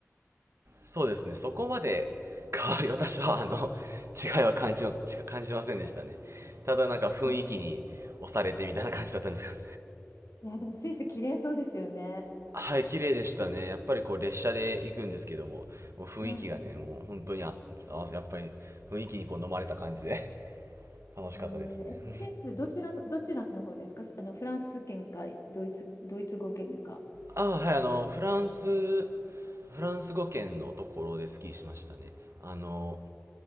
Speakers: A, on the right; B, on the left.
A: そうですね、そこまで <laughs> 変わり、私はあの、違いは感じま、しか感じませんでしたね。ただなんか雰囲気に押されてみたいな感じだったんですけど。
B: あいや、でもスイス綺麗そうですよね。
A: <laughs> はい、綺麗でしたね。やっぱりこう列車で行くんですけども、もう雰囲気がね、
B: は
A: もう本当にあ、あやっぱり雰囲気にこう飲まれた感じで <laughs> 楽しかったですね。
B: い。えーえスイスどちらの、
A: <laughs>
B: どちらの方ですかあの、フランス圏か、ドイツ、ドイツ語圏か。
A: ああ、はい、あの、フランス、フランス語圏のところでスキーしましたね。あの、